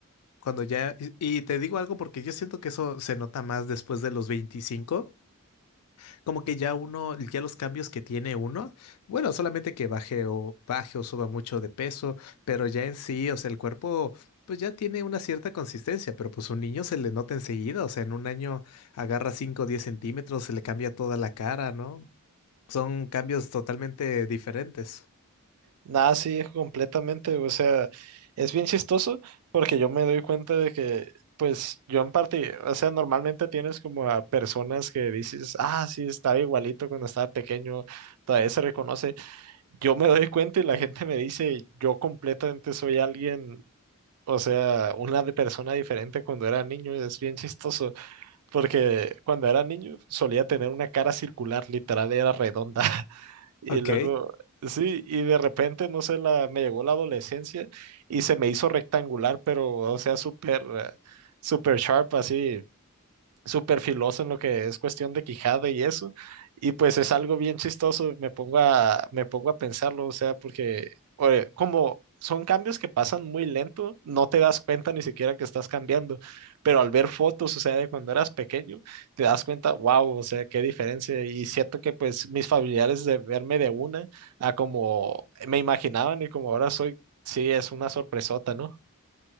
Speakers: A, on the left; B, on the right.
A: Cuando ya, y, y te digo algo porque yo siento que eso se nota más después de los veinticinco como que ya uno, ya los cambios que tiene uno, bueno, solamente que baje o baje o suba mucho de peso, pero ya en sí, o sea, el cuerpo pues ya tiene una cierta consistencia, pero pues un niño se le nota enseguida, o sea, en un año agarra cinco o 10 centímetros, se le cambia toda la cara, ¿no? Son cambios totalmente diferentes.
B: Nada, sí, completamente. O sea, es bien chistoso porque yo me doy cuenta de que, pues, yo en parte, o sea, normalmente tienes como a personas que dices, ah, sí, estaba igualito cuando estaba pequeño, todavía se reconoce. Yo me doy cuenta y la gente me dice, yo completamente soy alguien, o sea, una de- persona diferente cuando era niño. Es bien chistoso porque cuando era niño solía tener una cara circular, literal, era redonda. Y
A: Ok,
B: luego, sí, y de repente, no sé, la, me llegó la adolescencia y se me hizo rectangular, pero, o sea, súper, eh, súper sharp, así, súper filoso en lo que es cuestión de Quijada y eso. Y pues es algo bien chistoso, me pongo a, me pongo a pensarlo, o sea, porque oye, como son cambios que pasan muy lento, no te das cuenta ni siquiera que estás cambiando, pero al ver fotos, o sea, de cuando eras pequeño, te das cuenta, wow, o sea, qué diferencia. Y siento que pues mis familiares de verme de una a como me imaginaban y como ahora soy, sí, es una sorpresota, ¿no? <laughs>